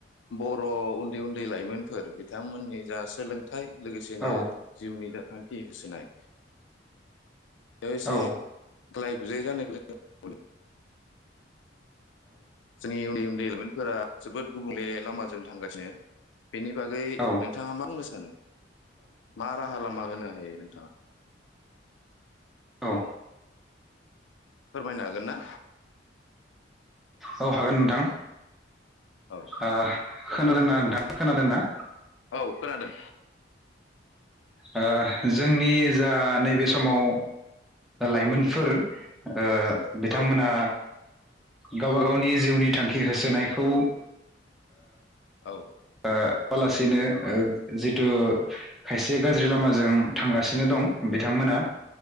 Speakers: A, on the left; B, in the centre.
A: बर' उन्दै उन्दै लाइमोनफोर बिथांमोननि जा सोलों थाय लोगोसेनो
B: औ
A: जिउनि जा थांखि होसोनाय बेयाव एसे
B: औ
A: ग्लाय गुजायै जानायखौ जों <unintelligible> जोंनि‌ उन्दै उन्दैमोन फोरा जोबोद गुबुंले लामाजों थांगासिनो। बेनि बागै
B: औ
A: नोंथाङा मा बुंनो सानो? मारा राहा लामा होनो हायो नोंथाङा?
B: औ।
A: फोरमायनो हागोन ना?
B: औ हागोन नोंथां।
A: औ
B: ओ खोनादोंना? नोंथांङा खोनादोंना?
A: औ खोनादों।
B: ओ जोंनि जा नैबे समाव लाइमोनफोर ओ बिथांमोना
A: औ
B: गावबा गावनि जिउनि थांखि होसोनायखौ
A: औ
B: ओ होसोआ लासिनो जिथु खायसे गाज्रि लामाजों थांगासिनो दं बिथांमोना